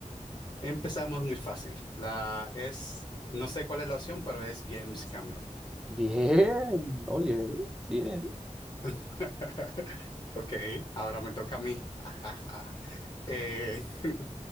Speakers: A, on the left; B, in the centre.
A: Empezamos muy fácil. La es, no sé cuál es la opción, pero es James Cameron.
B: Bien, oye, bien.
A: <laughs> Ok, ahora me toca a mí. <laughs> Eh, <laughs>